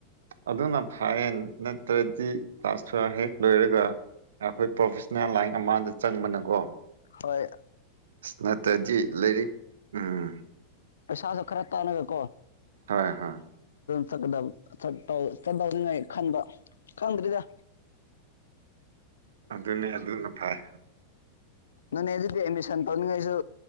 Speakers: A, on the right (about 60°); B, on the left (about 65°).
A: ꯑꯗꯨꯅ ꯐꯥꯏꯦꯟ ꯅꯠꯇ꯭ꯔꯗꯤ ꯀ꯭ꯂꯥꯁ ꯇꯨꯌꯦꯜꯚ ꯍꯦꯛ ꯂꯣꯏꯔꯒ ꯑꯩꯈꯣꯏ ꯄ꯭ꯔꯣꯐꯦꯁꯅꯦꯜ ꯂꯥꯏꯟ ꯑꯃꯗ ꯆꯪꯕꯅꯀꯣ
B: ꯍꯣꯏ
A: ꯁꯅꯥꯇꯖꯤ ꯂꯩꯔꯤꯛ ꯎꯝ
B: ꯄꯩꯁꯗ ꯈꯔ ꯇꯥꯅꯕꯣ
A: ꯍꯣꯏ ꯍꯣꯏ
B: ꯆꯗꯕ ꯆꯠꯇꯧꯅꯤꯡꯉꯥꯏ ꯈꯟꯕ ꯈꯪꯗ꯭ꯔꯔꯤꯗ
A: ꯑꯗꯨꯅꯤ ꯑꯗꯨꯅ ꯐꯥꯏ
B: ꯅꯣꯅꯦꯗꯤ ꯑꯦꯗꯃꯤꯁꯟ ꯇꯧꯅꯤꯡꯉꯥꯏꯁꯨ